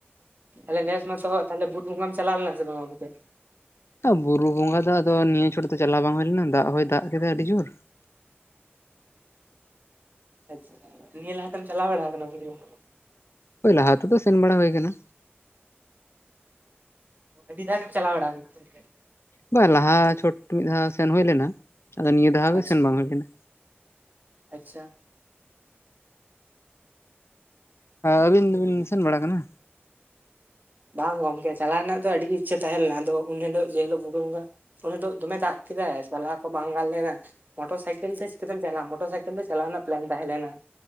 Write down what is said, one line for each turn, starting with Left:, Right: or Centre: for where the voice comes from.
Right: ᱛᱟᱦᱞᱮ ᱱᱮᱥ ᱢᱟ ᱥᱚᱦᱚᱫ ᱵᱩᱨᱩ ᱵᱚᱸᱜᱟᱢ. ᱪᱟᱞᱟᱣ ᱞᱮᱱᱟ ᱥᱮ ᱵᱟᱝ ᱜᱳᱢᱠᱮ,
Left: ᱵᱩᱨᱩ ᱵᱚᱸᱜᱟ ᱫᱚ ᱟᱫᱚ ᱱᱤᱭᱟᱹ ᱪᱷᱚᱴ ᱫᱚ ᱪᱟᱞᱟᱣ ᱵᱟᱝ ᱦᱩᱭ ᱞᱮᱱᱟ ᱫᱟᱜ ᱦᱚᱭ ᱫᱟᱜ ᱠᱮᱫᱟ ᱟᱹᱰᱤ ᱡᱳᱨ,
Right: ᱟᱪᱪᱷᱟ ᱱᱤᱭᱟᱹ ᱞᱟᱦᱟᱛᱮᱢ ᱪᱟᱞᱟᱣ ᱵᱟᱲᱟ ᱟᱠᱟᱱᱟ ᱵᱩᱨᱩ ᱵᱚᱸᱜᱟ,
Left: ᱦᱳᱭ ᱞᱟᱦᱟ ᱛᱮᱫᱚ ᱥᱮᱱ ᱵᱟᱲᱟ ᱦᱳᱭ ᱠᱟᱱᱟ
Right: ᱟᱹᱰᱤ ᱫᱷᱟᱣ ᱜᱮᱢ ᱪᱞᱟᱣ ᱵᱟᱲᱟ ᱟᱠᱟᱱᱟ ᱥᱮ ᱪᱮᱫ,
Left: ᱵᱟᱝ ᱞᱟᱦᱟ ᱪᱷᱚᱴ ᱢᱤᱫ ᱫᱷᱟᱣ ᱥᱮᱱ ᱦᱳᱭ ᱞᱮᱱᱟ ᱟᱫᱚ ᱱᱤᱭᱟᱹ ᱫᱷᱟᱣ ᱜᱮ
Right: ᱟᱪᱪᱷᱟ
Left: ᱥᱮᱱ ᱵᱟᱝ ᱦᱩᱭ ᱞᱮᱱᱟ
Right: ᱟᱪᱪᱷᱟ,
Left: ᱟᱹᱵᱤᱱ ᱫᱚᱵᱤᱱ ᱥᱮᱱ ᱵᱟᱲᱟ ᱠᱟᱱᱟ,
Right: ᱵᱟᱝ ᱜᱚᱢᱠᱮ ᱪᱟᱞᱟᱣ ᱨᱮᱱᱟᱜ ᱫᱚ ᱟᱹᱰᱤ ᱜᱮ ᱤᱪᱪᱷᱟᱹ ᱛᱟᱦᱮᱸ ᱞᱮᱱᱟ ᱟᱫᱚ ᱩᱱ ᱦᱤᱞᱳᱜ ᱡᱮ ᱦᱤᱞᱳᱜ ᱵᱩᱨᱩ ᱵᱚᱸᱜᱟ, ᱩᱱ ᱦᱤᱞᱚᱜ ᱫᱚᱢᱮ ᱫᱟᱜ ᱠᱮᱫᱟᱭ ᱪᱟᱞᱟ ᱠᱚ ᱵᱟᱝ ᱜᱟᱱ ᱞᱮᱱᱟ, ᱢᱚᱴᱚᱨ ᱥᱟᱭᱠᱮᱞ ᱛᱮ ᱪᱤᱠᱟᱹᱛᱮᱢ ᱪᱟᱞᱟᱜᱼᱟ ᱢᱚᱴᱚᱨ ᱥᱟᱭᱠᱮᱞ ᱛᱮ ᱪᱟᱞᱟᱣ ᱨᱮᱱᱟᱜ ᱯᱞᱮᱱ ᱛᱟᱦᱮᱸ ᱞᱮᱱᱟ,